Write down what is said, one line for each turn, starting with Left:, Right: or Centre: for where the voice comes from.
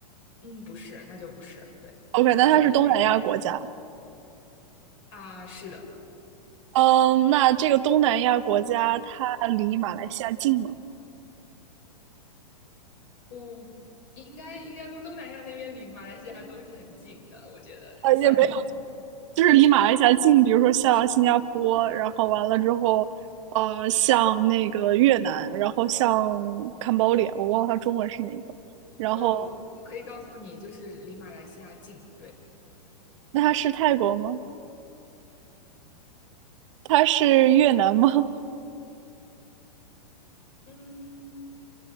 Left: 嗯，不是，那就不是，对，
Right: OK，
Left: 不在我们那边
Right: 那它是东南亚国家。
Left: 啊。是的，
Right: 嗯，那这个东南亚国家它离马来西亚近吗？
Left: 我应该应该跟东南亚那边离马来西亚都是很近的，我觉得算很近
Right: 啊，也没就是离马来西亚近，比如说像新加坡，然后完了之后，呃，像那个越南，然后像 Cambodia，我忘了它中文是哪个。然后，
Left: 呃，我可以告诉你，就是离马来西亚近。对，
Right: 那它是泰国吗？它是越南吗？<laughs>
Left: 嗯，